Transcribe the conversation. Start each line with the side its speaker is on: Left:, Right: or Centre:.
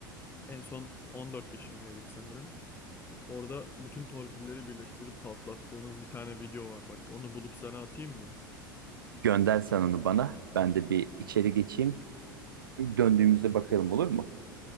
Left: en son 14 yaşındaydık sanırım. Orada bütün torpilleri birleştirip patlattığımız bir tane video var. Bak onu bulup sana atayım mı?
Right: Gönder sen onu bana. Ben de bir içeri geçeyim. Döndüğümüzde bakalım olur mu?